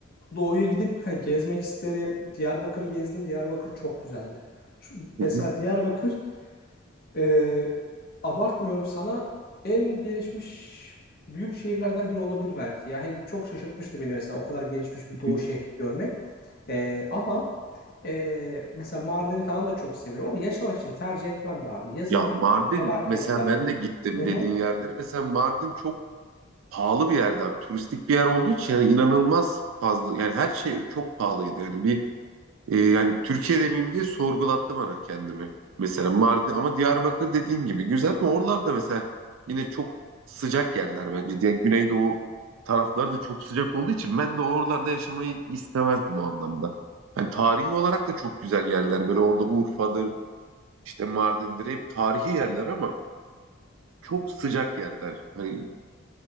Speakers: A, on the left; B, on the right.
A: doğuya gidip hani gezmek isterim. Diyarbakır'ı gezdim. Diyarbakır çok güzeldi. Şu-
B: hı,
A: Mesela Diyarbakır ee, abartmıyorum sana en gelişmiş büyük şehirlerden biri olabilir belki. Yani çok şaşırtmıştı beni mesela o kadar gelişmiş bir doğu
B: hı hı.
A: şehri görmek. Ee, ama e, mesela Mardin'i falan da çok seviyorum ama yaşamak için tercih etmem be abi. Yazın
B: Ya Mardin
A: felaketler.
B: mesela ben de gittim
A: Hı hı.
B: dediğin yerlere. Mesela Mardin çok pahalı bir yerde abi. Turistik bir yer olduğu için yani inanılmaz fazla yani her şey çok pahalıydı. Yani bir E, yani Türkiye demeyeyim diye sorgulattı bana kendimi. Mesela Mardin ama Diyarbakır dediğin gibi güzel ama oralarda mesela yine çok sıcak yerler bence. Diye Güneydoğu tarafları da çok sıcak olduğu için ben de oralarda yaşamayı istemezdim o anlamda. Yani tarihi olarak da çok güzel yerler. Böyle orada Urfa'dır, işte Mardin'dir hep tarihi yerler ama çok sıcak yerler. Hani